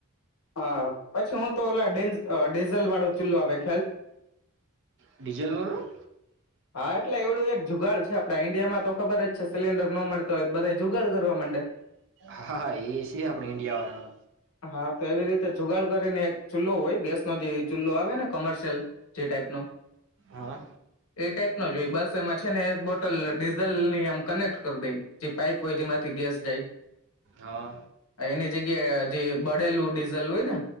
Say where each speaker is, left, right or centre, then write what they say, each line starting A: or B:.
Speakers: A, on the left (about 80°); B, on the right (about 60°).
A: હા પછી હું તો ઓલા ડીઝલ વાળો ચુલ્લો આપે.
B: ડીજેલ વારું.
A: હા એટલે એવડું એક જુગાડ છે આપડા ઈન્ડિયામાં તો ખબર જ છે. સિલિન્ડર ન મળતા હોય બધા જુગાડ કરવા માંડે.
B: હા હા એ છે આપણે ઈન્ડિયા વાળાનો
A: હા તો એવી રીતે જુગાડ કરીને એક ચૂલ્લો હોય ગેસ ન જે ચૂલ્લો આવે ને. કમર્શિયલ. જે ટાઈપનો
B: હા
A: એ ટાઈપનો જોઈ બસ એમાં છે ને એક બોટલ ડીઝલની આમ કનેક્ટ કરી દઈ જે પાઈપ હોય જેમાંથી ગેસ જાય
B: હા
A: એની જગ્યાએ. જે બળેલું ડી. દીજલ હોય ને